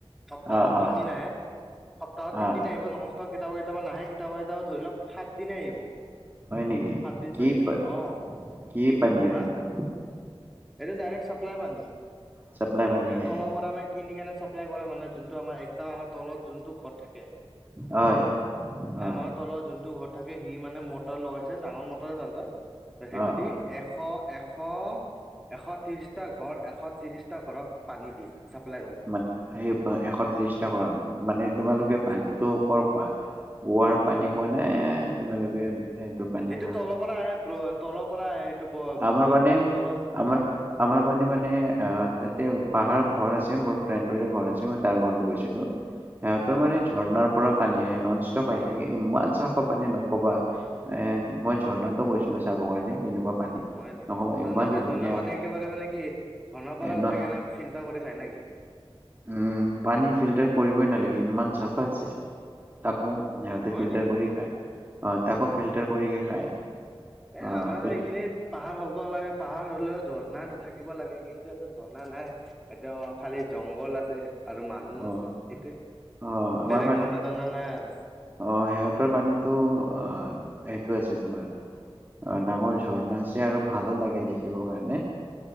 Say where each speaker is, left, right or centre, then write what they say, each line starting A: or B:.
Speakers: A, in the centre; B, on the right.
A: সপ্তাহ
B: অ
A: তিন
B: অ
A: দিন আহে, সপ্তাহত তিনদিনে
B: অ
A: আহিব নোনষ্টপ কিতাবা কিতাবা নাহে কিতাবা কিতাবা ধৰি লওক সাত দিনে আহিব।
B: হয় নেকি?
A: সাত দিন
B: কি
A: ছয় দিন আহিব
B: পই,
A: অ
B: কি পানী আৰু
A: হা
B: এইটো।
A: এইটো ডাইৰেক্ট চাপ্লাই পানী,
B: চাপ্লাই পানী
A: এইটো
B: হে
A: তলো পৰা আমি কিনি কেনে চাপ্লাই কৰে মানে যোনটো আমাৰ একদম আমাৰ তলত যোনটো ঘট থাকে
B: হয় অ
A: আমাৰ তলত যোনটো ঘৰত থাকে সি মানে মটৰ লগাইছে ডাঙৰ মটৰ জাণ্টৰ তো সেইটো
B: অ
A: দি এশ এশ এশ ত্ৰিশটা ঘৰ, এশ ত্ৰিশটা ঘৰত পানী দিয়ে। চাপ্লাই কৰে
B: মানে সেই এশ ত্ৰিশটা ঘৰত, মানে তোমালোকে
A: উম
B: পানী তো কৰ খোৱা? কোৱাৰ পানী খোৱা নে তোমালোকে পানী
A: সেইটো
B: খোৱা
A: তলৰ পৰা আহে, ব্ৰ তলৰ পৰা আহে। সেইটো ব
B: আমাৰ
A: ব
B: মানে
A: তলত
B: আমাৰ আমাৰ মানে মানে অ তাতে পাহাৰত ঘৰ আছে মোৰ ফ্ৰেণ্ডৰে ঘৰ আছে মই তাৰ ঘৰত গৈছিলো। সিহঁতৰ
A: অ
B: মানে ঝৰ্ণাৰ পৰা পানী আহে, নন ষ্টপ আহি থাকে ইমান চাফা পানী নকবা। এ মই ঝৰ্ণাতো গৈছিলো চাব কাৰণে কেনেকুৱা পানী।
A: হয় নেকি?
B: নকবা
A: তহঁতে
B: ইমান
A: যি
B: ধুনীয়া
A: ঝৰ্না পানী একেবাৰে মানে কি ঝৰ্ণা পৰা
B: এ ন
A: উঠাই কেনে ফিল্টাৰ কৰি খাই নেকি?
B: উম উম পানী কৰিবয়ে নালাগে ইমান চাফা তাকো, সিহঁতে
A: হয়
B: ফিল্টাৰ
A: নেকি
B: কৰি খায়। অ', তাকো ফিল্টাৰ কৰিকে খায়,
A: এ
B: অ'।
A: আমাৰ এইখিনিত পাহাৰ হ'ব লাগে, পাহাৰ হ'লেও ঝৰ্ণা এটা থাকিব লাগে কিন্তু এটো ঝৰ্ণা নাই। এতিয়া অ', খালি জংঘল আছে। আৰু মানুহ
B: অ'
A: আছে সেইটোৱে,
B: অ' আমাৰ
A: বেলেগ
B: পানীতো
A: ঝৰ্ণা তৰনা নাই আৰু।
B: অ', সিহঁতৰ পানীতো আহ সেইটোৱে আছে তোমাৰ অ', ডাঙৰ ঝৰ্ণা আছে আৰু ভালো লাগে দেখিব কাৰণে।